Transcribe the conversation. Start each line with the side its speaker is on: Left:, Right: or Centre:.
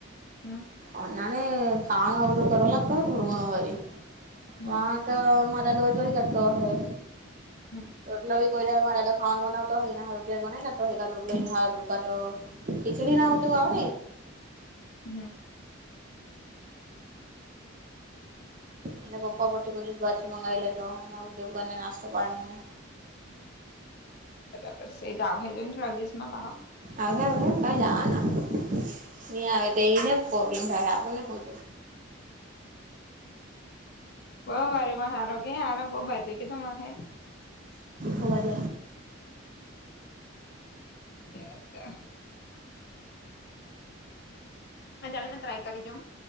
Left: હમ
Right: અ ના. અને ખાણ આવું તો કરવા લાગતો હોય થોડું ઘણું વા.
Left: હમ
Right: વાટ મરા રોજ વરી કટતોો હોય.
Left: હમ
Right: રોટલોવી કોઈ લ મા દાદો ખાવનુંને બનાવ તો હો ના હ. બનાાય ના તોકાો લ દકા તો ખિચ દ ના. એ
Left: હમ
Right: એના પપ્પાપથી કોઈ દિવસ બાઠ મંગાવી લ. વું દેવું અને નાસ્તો પાણીને.
Left: બ એટાવ હજ થો દશમાં બાહો.
Right: આ જાના. નહી આવે તો એને પ્રોબ્લીન થાય આપણનેધું.
Left: બહ વારીમાં સારો કે હાર બહ બાજુ કે તમા હ.
Right: હોવા જ.
Left: એ હતા. હ ચાલે મે ટ્રાય કરી દ.